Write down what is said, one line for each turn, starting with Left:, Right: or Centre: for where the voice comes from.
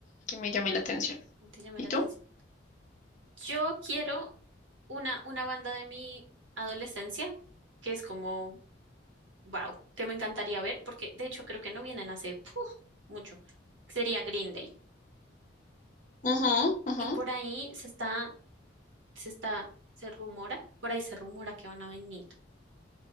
Left: que me llame la atención.
Right: No te llama
Left: ¿Y
Right: la atención.
Left: tú?
Right: Yo quiero una, una banda de mi adolescencia, que es como, wow, que me encantaría ver, porque de hecho creo que no vienen hace puf, mucho. Sería Green Day.
Left: Ajá, ajá.
Right: Y por ahí se está, se está, se rumora, por ahí se rumora que van a venir.